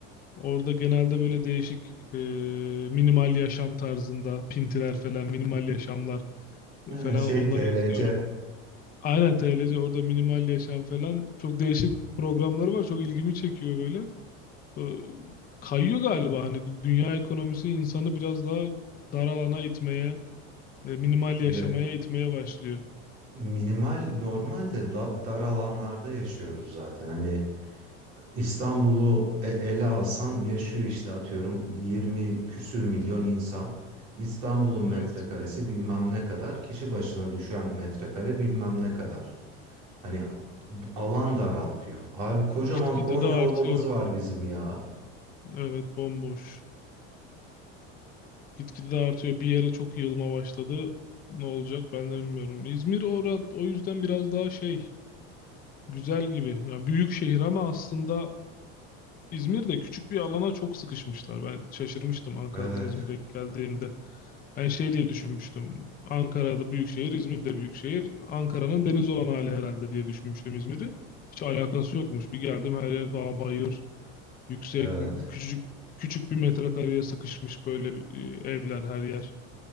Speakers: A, on the left; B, on the right.
A: Orada genelde böyle değişik eee, minimal yaşam tarzında pintiler falan minimal yaşamlar
B: Yani
A: falan
B: şey
A: onları
B: TLC.
A: izliyorum. Aynen TLC orada minimal yaşam falan çok değişik programları var. Çok ilgimi çekiyor böyle. Ee, Kayıyor galiba hani dü- dünya ekonomisi insanı biraz daha dar alana itmeye, e, minimal
B: Ya
A: yaşamaya itmeye başlıyor.
B: minimal normalde da, dar alanlarda yaşıyoruz zaten. Hani İstanbul'u e- ele alsan yaşıyor işte atıyorum 20 küsür milyon insan. İstanbul'un metrekaresi
A: Evet.
B: bilmem ne kadar, kişi başına düşen metrekare bilmem ne kadar. Hani alan daraltıyor. Abi kocaman
A: Gitgide
B: Konya
A: de artıyor.
B: Ovamız var bizim ya.
A: Evet, bomboş. Gitgide de artıyor. Bir yere çok yığılma başladı. Ne olacak ben de bilmiyorum. İzmir orada o yüzden biraz daha şey güzel gibi. Ya büyük şehir ama aslında İzmir'de küçük bir alana çok sıkışmışlar. Ben şaşırmıştım Ankara'dan
B: Evet,
A: İzmir'e geldiğimde. Ben şey diye düşünmüştüm. Ankara'da büyük şehir, İzmir'de büyük şehir. Ankara'nın deniz olan hali herhalde diye düşünmüştüm İzmir'i. Hiç alakası yokmuş. Bir geldim her yer dağ, bayır, yüksek,
B: evet.
A: m- küçücük küçük bir metrekareye sıkışmış böyle e, evler her yer.